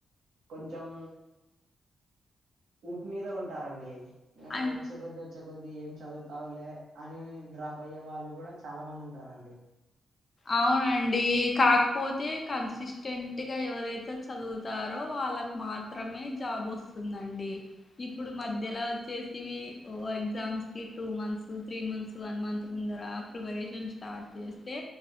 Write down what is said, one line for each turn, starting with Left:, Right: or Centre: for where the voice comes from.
Right: కొంచెం ఊపు మీద ఉంటారండి ఆ
Left: అన్
Right: వచ్చే కొద్దీ వచ్చే కొద్దీ ఏం చదువుతాలే అని డ్రాప్ అయ్యే వాళ్ళు కూడా చాలా మంది ఉంటారండి
Left: అవునండి కాకపోతే కన్సిస్టెంట్గా ఎవరైతే చదువుతారో వాళ్ళ మాత్రమే జాబ్ వస్తుందండి ఇప్పుడు మధ్యలో వచ్చేసి ఓ ఎగ్జామ్స్ కి two months three months one month ముందర ప్రిపరేషన్ స్టార్ట్ చేస్తే